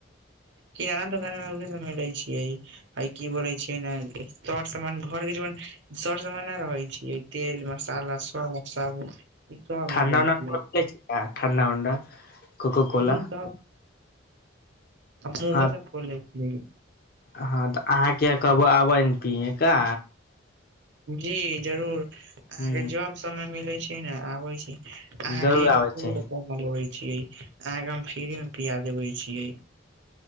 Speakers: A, on the right; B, on the left.
A: किराना दोकान <unintelligible> छियै आ की बोले छियै ने सर सामान घर के <unintelligible> सर सामान नहि रहै छियै तेल मसाला साग साबुन ई सब
B: ठाण्डा
A: मिलै छियै
B: उ ठण्डा उण्डा कोको कोला
A: जी त हमो
B: हँ
A: तक खोले छियै
B: हँ तऽ अहाँ क कहबू आबैनतिये का
A: जी जरूर अहाँके
B: ह
A: जॉब समय मिले छै ने आबै छै अहा
B: जरूर
A: के
B: आबै
A: फूल
B: छै
A: को लेवे छीिये अहाँ के हम फिरी में पिया देवे छीिये